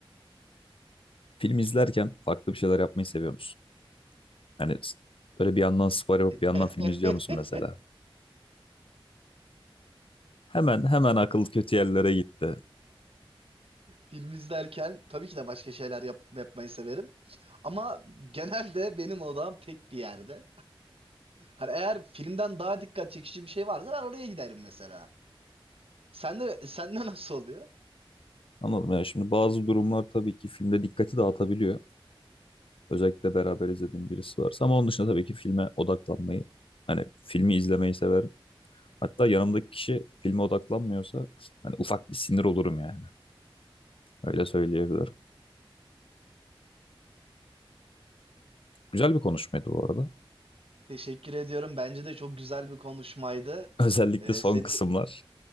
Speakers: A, on the left; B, on the right.
A: Film izlerken farklı bir şeyler yapmayı seviyor musun? Yani s- böyle bir yandan spor yapıp
B: <laughs>
A: bir yandan film izliyor musun mesela? Hemen hemen akıl kötü yerlere gitti.
B: Film izlerken tabii ki de başka şeyler yap yapmayı severim. Ama genelde benim odam tek bir yerde. Hani eğer filmden daha dikkat çekici bir şey varsa ben oraya giderim mesela. Sen de sende nasıl oluyor?
A: Anladım ya şimdi bazı durumlar tabii ki filmde dikkati dağıtabiliyor. Özellikle beraber izlediğim birisi varsa ama onun dışında tabii ki filme odaklanmayı hani filmi izlemeyi severim. Hatta yanımdaki kişi filme odaklanmıyorsa hani ufak bir sinir olurum yani. Öyle söyleyebilirim. Güzel bir konuşmaydı bu arada.
B: Teşekkür ediyorum. Bence de çok güzel bir konuşmaydı.
A: Özellikle
B: Ee,
A: son
B: senin
A: kısımlar.